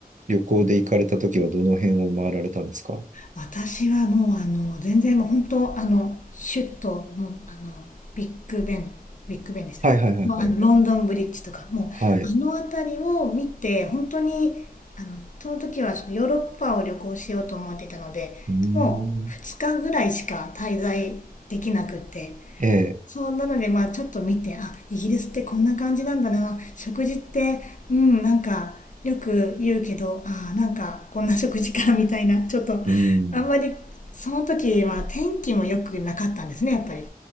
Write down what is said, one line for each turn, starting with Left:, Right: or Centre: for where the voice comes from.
Right: 旅行で行かれたときはどの辺を回られたんですか
Left: 私はもうあの全然もう本当あのシュッともうあのビッグベンビッグベンでしたもうあのロンドンブリッジとかもうあの辺りを見て本当にあのその時はちょっとヨーロッパを旅行しようと思っていたのでもう2日ぐらいしか滞在できなくって
Right: はいはいはいはい。はい。うーん。ええ。
Left: そうなのでまあちょっと見てあイギリスってこんな感じなんだな食事ってうんなんかよく言うけどあーなんかこんな食事かみたいなちょっとあんまりその時は天気も良くなかったんですねやっぱり
Right: うん。